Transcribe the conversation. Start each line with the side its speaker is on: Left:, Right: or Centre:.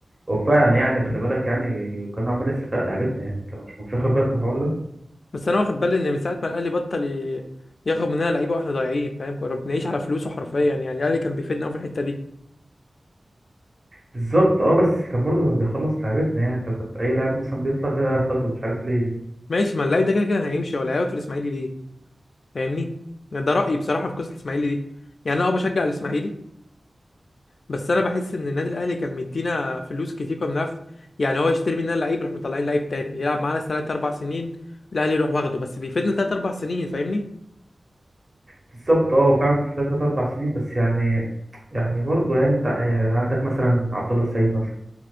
Right: هو فعلا يعني خلي بالك يعني كان عمال يسرق لعيبتنا يعني انت مش مش واخد بالك من الحوار ده
Left: بس انا واخد بالي ان من ساعه ما الاهلي بطل ي- ياخد مننا لعيبه واحنا ضايعين فاهم كنا بنعيش على فلوسه حرفيا يعني الاهلي كان بيفيدنا قوي في الحته دي
Right: بالظبط اه بس كان برضه كان بيخلص لعيبتنا يعني انت كنت اي لاعب مثلا بيطلع ده ياخده مش عارف ليه
Left: ماشي ما اللعيب ده كده كان هيمشي ولا هيقعد في الاسماعيلي ليه فاهمني يعني ده رايي بصراحه في قصه الاسماعيلي دي يعني انا اه بشجع الاسماعيلي بس انا بحس ان النادي الاهلي كان مدينا فلوس كتير كنا بنعرف يعني هو يشتري مننا لعيب يروح مطلعين لعيب تاني يلعب معانا ثلاث اربع سنين الاهلي يروح واخده بس بيفيدنا ثلاث اربع سنين فاهمني
Right: بالظبط اه فعلا في ثلاث اربع سنين بس يعني يعني برضه يعني انت يعني عندك مثلا عبد الله السعيد مثلا